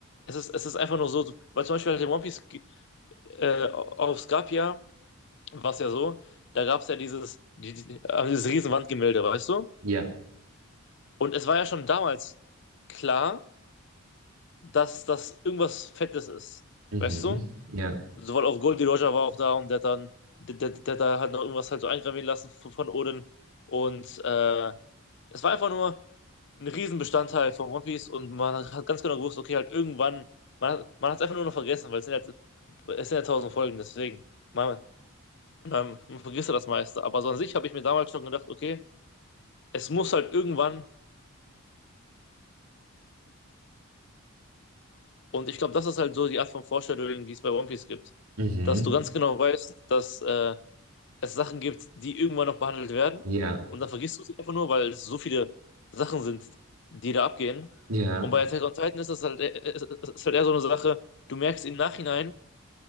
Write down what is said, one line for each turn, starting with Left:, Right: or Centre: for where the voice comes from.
Left: Es ist, es ist einfach nur so, weil zum Beispiel halt in One Piece äh, auf Skapia war es ja so, da gab es ja dieses, die, die, äh, dieses Riesenwandgemälde, weißt du?
Right: ja,
Left: Und es war ja schon damals klar, dass das irgendwas Fettes ist,
Right: Mhm.
Left: weißt du?
Right: ja,
Left: Sowohl auf Goldie Roger war auch da und der hat dann, der, der, der, der hat noch irgendwas halt so eingravieren lassen von, von Odin. Und äh, es war einfach nur ein Riesenbestandteil von One Piece und man hat ganz genau gewusst, okay, halt irgendwann, man, hat- man hat es einfach nur noch vergessen, weil es sind ja, es sind ja tausend Folgen, deswegen. Man, Und dann vergisst du das meiste. Aber so an sich habe ich mir damals schon gedacht, okay, es muss halt irgendwann, und ich glaube, das ist halt so die Art von Foreshadowing, die es bei One Piece gibt,
Right: Mhm.
Left: dass du ganz genau weißt, dass äh, es Sachen gibt, die irgendwann noch behandelt werden.
Right: ja,
Left: Und dann vergisst du sie einfach nur, weil es so viele Sachen sind, die da abgehen.
Right: ja.
Left: Und bei Attack on Titan ist das halt, e- ist, ist halt eher so eine Sache, du merkst im Nachhinein,